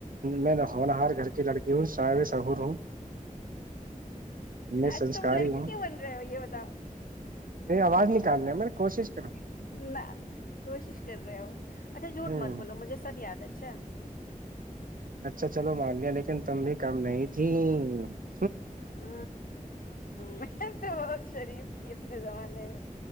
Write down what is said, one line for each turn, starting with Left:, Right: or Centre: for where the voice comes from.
Right: میں ہونا ہر گھر <unintelligible> لڑکی ہوں ساائے سہور ہوں میں
Left: آ،
Right: سنسکاری
Left: تم لڑکی
Right: ہوں
Left: کیوں بن رہے ہو یہ بتاؤ
Right: ا آواز نکالنے میں کوشش کرا <unintelligible>
Left: نہ کوشش کر رہے ہو اچھا جھوٹ
Right: ہوں
Left: مت
Right: ہوں،
Left: بولو مجھے سب یاد اچھیا <unintelligible> چ <inaudible> <unintelligible>
Right: اچھا چلو مان لیا لیکن تم بھی کم نہیں تھی <unintelligible>
Left: ہ میں تو بہت شریف تھی <unintelligible> زمانے میں <unintelligible>